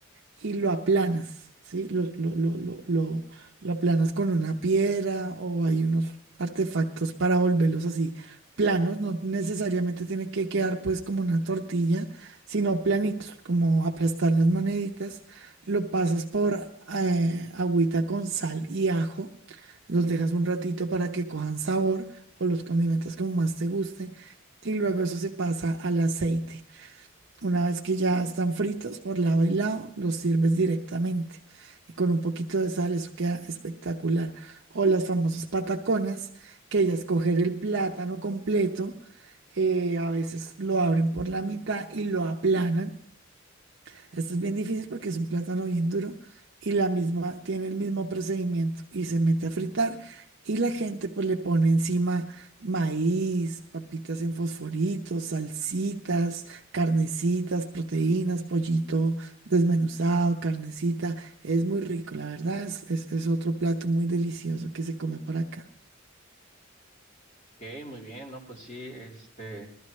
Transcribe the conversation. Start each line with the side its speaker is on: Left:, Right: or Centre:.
Right: y lo aplanas, ¿sí? Lo, lo, lo, lo, lo, lo aplanas con una piedra o hay unos artefactos para volverlos así planos, no necesariamente tiene que quedar pues como una tortilla, sino planitos, como aplastar las moneditas, lo pasas por eh, agüita con sal y ajo, los dejas un ratito para que cojan sabor o los condimentos como más te guste y luego eso se pasa al aceite. Una vez que ya están fritos por lado y lado, los sirves directamente y con un poquito de sal, eso queda espectacular. O las famosas pataconas, que ya es coger el plátano completo, eh, a veces lo abren por la mitad y lo aplanan esto es bien difícil porque es un plátano bien duro y la misma, tiene el mismo procedimiento y se mete a fritar y la gente pues le pone encima maíz, papitas en fosforitos, salsitas, carnecitas, proteínas, pollito desmenuzado, carnecita. Es muy rico, la verdad, es, es es otro plato muy delicioso que se come por acá.
Left: Ok, muy bien, ¿no? Pues sí, este,